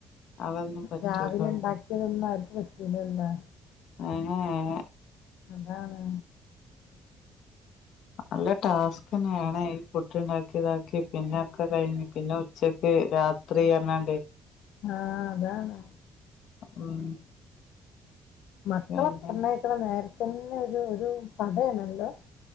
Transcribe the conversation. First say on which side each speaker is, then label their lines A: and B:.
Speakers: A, on the left (about 70°); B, on the left (about 85°).
A: അതൊന്നും പറ്റൂല
B: രാവിലെ ഉണ്ടാക്കിയതൊന്നും അവര്ക്ക് പറ്റൂലല്ലേ
A: ആഹ് <inaudible>
B: അതാണ്
A: നല്ല ടാസ്ക് തന്നെയാണ് ഈ പുട്ട്ണ്ടാക്കി ഇതാക്കി പിന്നെ ഒക്കെ കഴിഞ്ഞ് പിന്നെ ഉച്ചക്ക് രാത്രി അർണാണ്ട്
B: ആഹ് അതാണ്
A: ഉം
B: മക്കളെ
A: പിന്നെ
B: പറഞ്ഞയക്കണ നേരത്തന്നെ ഒരു ഒരു പടയാണല്ലോ